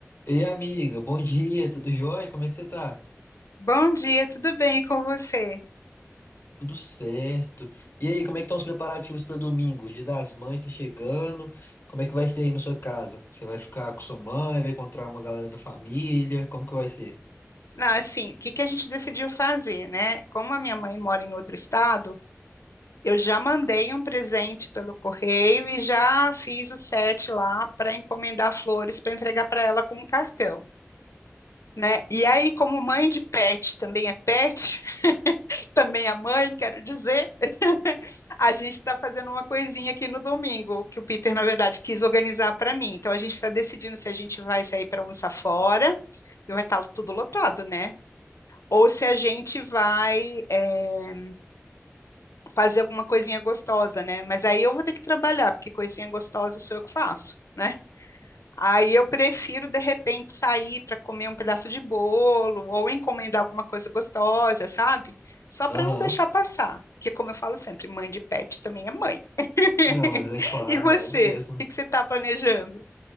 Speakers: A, on the left; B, on the left.
A: Ei, amiga, bom dia, tudo jóia? Como é que você tá?
B: Bom dia, tudo bem com você?
A: Tudo certo. E aí, como é que estão os preparativos para domingo? Dia das Mães tá chegando. Como é que vai ser aí na sua casa? Você vai ficar com sua mãe, vai encontrar uma galera da família? Como que vai ser?
B: Não, assim, o que que a gente decidiu fazer, né? Como a minha mãe mora em outro estado, eu já mandei um presente pelo correio e já fiz o set lá para encomendar flores para entregar para ela com um cartão, né? E aí, como mãe de pet, também é pet, <laughs> também é mãe, quero dizer. <laughs> A gente está fazendo uma coisinha aqui no domingo, que o Peter, na verdade, quis organizar para mim. Então, a gente está decidindo se a gente vai sair para almoçar fora, e vai estar tudo lotado, né? Ou se a gente vai, é, fazer alguma coisinha gostosa, né? Mas aí eu vou ter que trabalhar, porque coisinha gostosa sou eu que faço. Né? Aí eu prefiro de repente sair para comer um pedaço de bolo ou encomendar alguma coisa gostosa, sabe? Só para
A: Aham.
B: não deixar passar, porque como eu falo sempre, mãe de pet também é mãe. <laughs>
A: Não, mas é claro,
B: E você?
A: é mesmo.
B: O que que você está planejando?